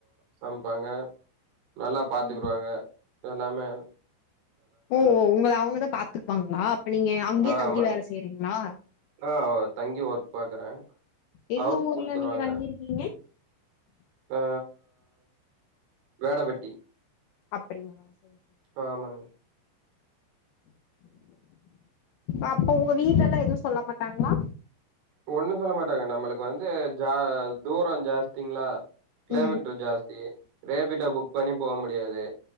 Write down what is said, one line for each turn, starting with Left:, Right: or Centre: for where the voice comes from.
Right: சமைப்பாங்க நல்லா பாத்துக்குருவாக
Left: ம்
Right: எல்லாமே
Left: ஓ உங்கள அவுங்க தா பாத்துக்குவாங்ளா அப்ப நீங்க அங்கே
Right: ஆ
Left: தங்கி
Right: ஆமாங்க.
Left: வேல செய்றீங்ளா
Right: ஆ தங்கி ஒர்க் பாக்குற
Left: எந்த
Right: ஹவுஸ்
Left: ஊர்ல
Right: குடுத்துருவாங்க
Left: தங்கிருக்கீங்க நீங்க
Right: ஆ வேட வெட்டி
Left: அப்டிங்ளா செரி செரி
Right: ஆமாங்க
Left: அப்போ உங்க வீட்டெல்லா எதுவு சொல்ல மாட்டாங்ளா
Right: ஒண்ணு சொல்ல மாட்டாங்க நம்முளுக்கு வந்து ஜ தூரோ ஜாஸ்திங்ளா கிலோமீட்டர்
Left: ம்
Right: ஜாஸ்தி ரேபிடோ புக் பண்ணி போ முடியாது